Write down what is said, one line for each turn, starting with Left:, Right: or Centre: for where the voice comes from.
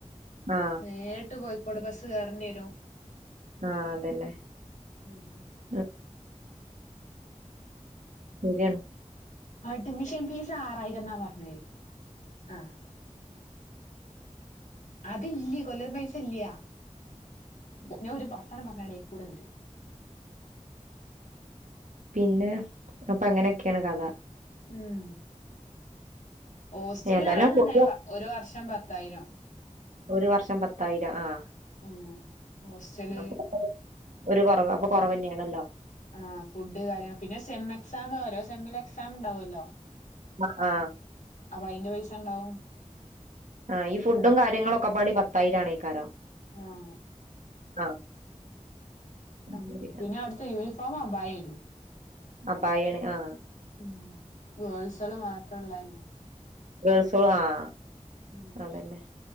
Right: ആ
Left: നേരിട്ട് കോഴിക്കോട് ബസ് കേറണ്ടിരും
Right: ആ അതന്നെ
Left: ഉം
Right: ഉം ശരിയാണ്
Left: അഡ്മിഷൻ ഫീസ് ആ റായിരുന്ന പറഞ്ഞത് ആ അതില്ല്യെ കൊല്ലത് പൈസ ഇല്ല്യാ ഞാൻ ഒരു വർത്താനം പറഞ്ഞടെൽ കൂടെ വരും
Right: പിന്നെ അപ്പൊ അങ്ങനൊക്കാണ് കഥ
Left: ഉം ഹോസ്റ്റലിലാണെന്നുണ്ടെ
Right: ഏതായാലും പോയി
Left: ഒരു വർഷം ഷം പത്തായിരം
Right: ഒരു വർഷം പത്തായിരം ആ
Left: ഉം ഹോസ്റ്റല്
Right: അപ്പൊ ഒരു കുറവ് അപ്പൊ കുറവ്
Left: അ
Right: തന്നെയാണല്ലോ
Left: ആ ഫുഡ് കാര്യങ്ങ പിന്നെ സെമ എക്സാമ് ഓരോ സെമില് എക്സാം ഉണ്ടാവുല്ലോ
Right: ആ ആ
Left: അപ്പൊ അയിന്റെ പൈസ ഇണ്ടാവും
Right: ആ ഈ ഫുഡും കാര്യങ്ങളുംളൊക്കെപാടെ പത്തായിരം ആണെ ഈ കരം
Left: ആഹ്
Right: ആ
Left: ആ
Right: ശരി
Left: പിന്നെ അവിടത്തെ യൂണിഫോം അബായേല്
Right: അബയാണ് ആ
Left: ഉം ഗേൾസ്കള് മാത്രംള്ളല്ലേ
Right: ഗേൾസോളാ ആ
Left: ഉം
Right: അതന്നെ